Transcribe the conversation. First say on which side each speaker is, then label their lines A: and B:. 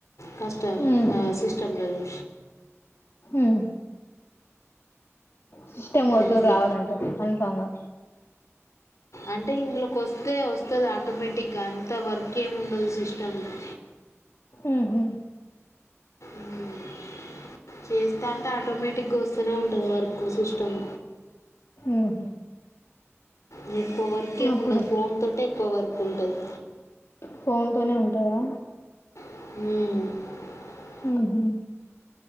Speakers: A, on the left; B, on the left.
A: కస్ టం
B: ఉహు
A: ఆ సిస్టమ్ లేదు
B: ఆహా సిస్టం ఒకటుూ
A: అంతే
B: రావాలంటవ్ కన్ఫామ్ గా
A: అంటే ఇందులోకి వస్తే వస్తది ఆటోమేటిక్గా అంత వర్క్ ఏముండదు సిస్టమ్ ది.
B: మ్మ్ హ్మ్
A: మ్మ్ చేస్తాంటే ఆటోమేటిక్ గా వస్తూనే ఉంటది వర్క్ సిస్టమ్.
B: ఉహు
A: ది వర్క్ ఏముండవు
B: అప్పుడు
A: ఫోన్ తోటే కోవర్కుంటది
B: ఫోన్ తోనే ఉంటదా
A: హ్మ్
B: మ్మ్ హ్మ్